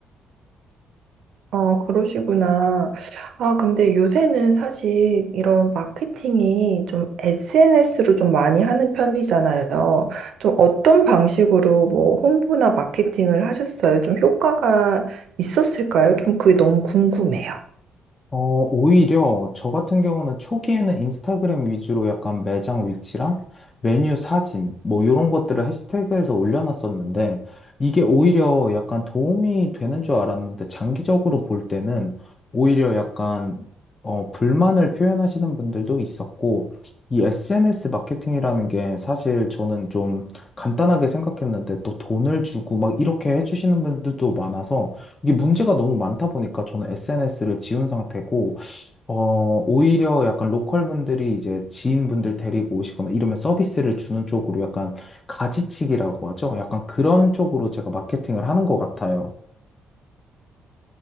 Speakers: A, on the right; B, on the left.
A: 어, 그러시구나. 아, 근데 요새는 사실 이런 마케팅이 좀 SNS로 좀 많이 하는 편이잖아요. 좀 어떤 방식으로 뭐 홍보나 마케팅을 하셨어요? 좀 효과가 있었을까요? 좀 그게 너무 궁금해요.
B: 어, 오히려 저 같은 경우는 초기에는 인스타그램 위주로 약간 매장 위치랑 메뉴 사진 뭐 이런 것들을 해시태그에서 올려놨었는데 이게 오히려 약간 도움이 되는 줄 알았는데 장기적으로 볼 때는 오히려 약간 어, 불만을 표현하시는 분들도 있었고 이 SNS 마케팅이라는 게 사실 저는 좀 간단하게 생각했는데 또 돈을 주고 막 이렇게 해주시는 분들도 많아서 이게 문제가 너무 많다 보니까 저는 SNS를 지운 상태고, 어, 오히려 약간 로컬 분들이 이제 지인분들 데리고 오시거나 이러면 서비스를 주는 쪽으로 약간 가지치기라고 하죠. 약간 그런 쪽으로 제가 마케팅을 하는 것 같아요.